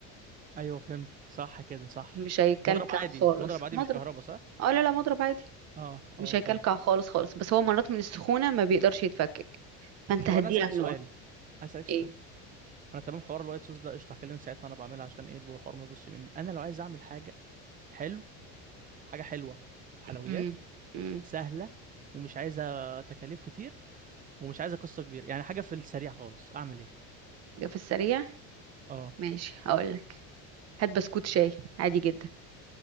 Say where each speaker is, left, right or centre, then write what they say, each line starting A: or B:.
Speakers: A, on the right (about 25°); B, on the right (about 45°).
A: ايوه فهمتك صح كده صح
B: مش هيكلكع
A: مضرب عادي
B: خالص
A: مضرب عادي
B: مضرب
A: مش كهربا صح
B: اه لا لا مضرب عادي
A: اه
B: مش
A: اه
B: هيكلكع
A: حلو
B: خالص خالص بس هو مرات من السخونه ما بيقدرش يتفكك فانت
A: طب
B: هديه
A: انا اسالك
B: على
A: سؤال
B: النار
A: اسالك سؤال
B: ايه
A: انا تمام حوار الوايت صوص ده قشطه هكلمك ساعتها وانا بعملها عشان ايه البو- الحوار ما يبص مني انا لو عايز اعمل حاجه حلو حاجه حلوه حلويات
B: امم امم
A: سهله ومش عايزه تكاليف كتير ومش عايزه قصه كبيره يعني حاجه في السريع خالص اعمل ايه
B: في السريع
A: اه
B: ماشي هقول لك هات بسكوت شاي عادي جدا